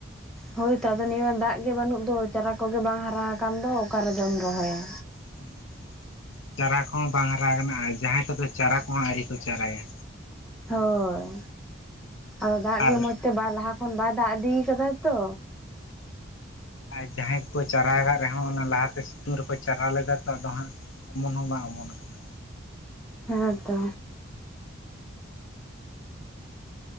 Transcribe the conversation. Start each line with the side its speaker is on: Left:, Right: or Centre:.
Centre: ᱦᱳᱭᱛᱚ ᱟᱫᱚ ᱱᱤᱭᱟᱹ ᱫᱟᱜ ᱜᱮ ᱵᱟᱹᱱᱩᱜ ᱫᱚ, ᱪᱟᱨᱟ ᱠᱚᱜᱮ ᱵᱟᱝ ᱦᱟᱨᱟ ᱠᱟᱱ ᱫᱚ ᱚᱠᱟ ᱨᱮᱫᱚᱢ ᱨᱚᱦᱚᱭᱟ᱾
Left: <unintelligible> ᱪᱟᱨᱟ ᱠᱚᱦᱚᱸ ᱵᱟᱝ ᱦᱟᱨᱟ ᱠᱟᱱᱟ, ᱡᱟᱦᱟᱸᱭ ᱠᱚᱫᱚ ᱪᱟᱨᱟ ᱠᱚᱦᱚᱸ ᱟᱣᱨᱤ ᱠᱚ ᱪᱟᱨᱟᱭᱟ᱾
Centre: ᱦᱳᱭ ᱟᱫᱚ ᱫᱟᱜ
Left: ᱟᱨ
Centre: ᱜᱮ ᱢᱚᱸᱡᱽ ᱛᱮ ᱵᱟᱭ ᱞᱟᱦᱟ ᱠᱷᱚᱱ ᱵᱟᱭ ᱫᱟᱜ ᱤᱫᱤ ᱠᱟᱫᱟ ᱛᱚ,
Left: ᱟᱨ ᱡᱟᱦᱟᱸᱭ ᱠᱚᱠᱚ ᱪᱟᱨᱟᱠᱟᱜ ᱨᱮᱦᱚᱸ ᱚᱱᱟ ᱞᱟᱦᱟᱛᱮ ᱥᱤᱛᱩᱝ ᱨᱮᱠᱚ ᱪᱟᱨᱟ ᱞᱮᱫᱟ ᱛᱚ, ᱟᱫᱚ ᱦᱟᱸᱜ ᱚᱢᱚᱱ ᱦᱚᱸ ᱵᱟᱝ ᱚᱢᱚᱱ ᱠᱟᱱᱟ᱾
Centre: ᱦᱮᱸ ᱛᱚ᱾